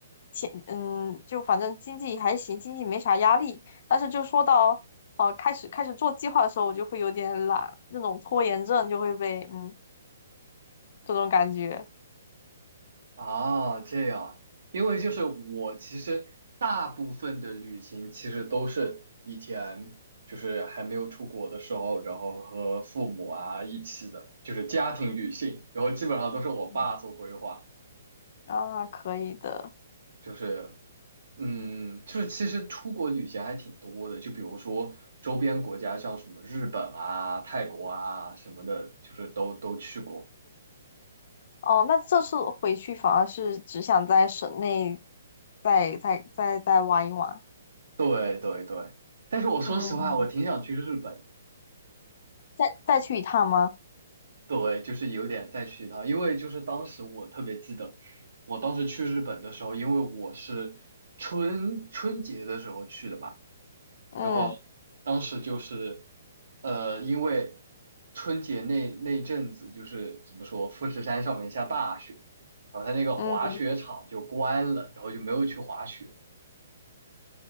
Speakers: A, on the left (about 45°); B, on the right (about 75°).
A: 钱，嗯，就反正经济还行，经济没啥压力。但是就说到哦、呃开始开始做计划的时候，我就会有点懒，那种拖延症就会被嗯这种感觉
B: 啊，这样，因为就是我其实大部分的旅行其实都是以前就是还没有出国的时候，然后和父母啊一起的，就是家庭旅行，然后基本上都是我爸做规划，
A: 嗯，啊，可以的。
B: 就是嗯，就是其实出国旅行还挺多的，就比如说周边国家像什么日本啊、泰国啊什么的，就是都都去过。
A: 哦，那这次回去反而是只想在省内再再再再玩一玩，
B: 对对对，但是我说实话，
A: 嗯，
B: 我挺想去日本的
A: 再再去一趟吗？
B: 对，就是有点再去一趟，因为就是当时我特别记得，我当时去日本的时候，因为我是春春节的时候去的嘛，
A: 嗯
B: 然后当时就是，呃，因为春节那那一阵子就是怎么说，富士山上面下大雪，然后它那个滑雪场就关了，
A: 嗯
B: 然后就没有去滑雪，